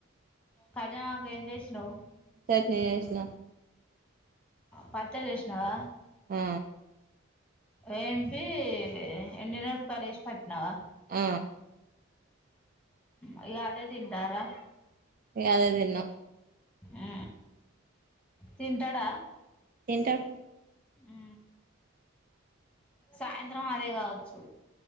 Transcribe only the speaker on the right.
చట్నీ చేసిన
ఆ
ఆ
ఇగ అదే దిన్న
తింటడ్